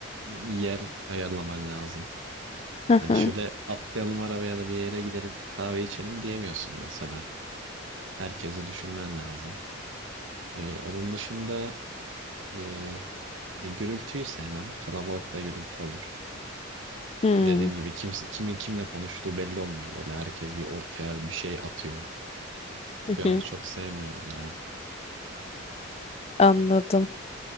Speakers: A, on the right (about 65°); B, on the left (about 30°).
A: yer ayarlaman lazım.
B: Hı
A: Hani
B: hı.
A: şöyle atlayalım arabaya da bir yere gidelim kahve içelim diyemiyorsun mesela. Herkesi düşünmen lazım. Eee, onun dışında eee e, gürültüyü sevmem kalabalıkta gürültü olur.
B: Hmm,
A: dediğim gibi kimse, kimin kimle konuştuğu belli olmuyor böyle. Herkes bir ortaya bir şey atıyor.
B: hı
A: Ve
B: hı.
A: onu çok sevmiyorum ya.
B: Anladım.